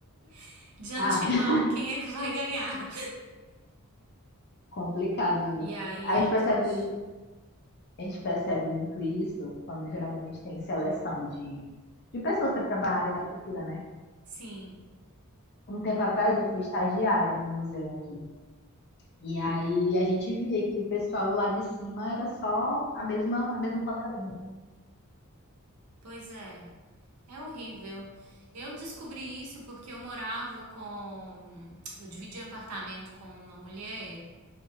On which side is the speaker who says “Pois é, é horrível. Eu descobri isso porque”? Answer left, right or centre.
Right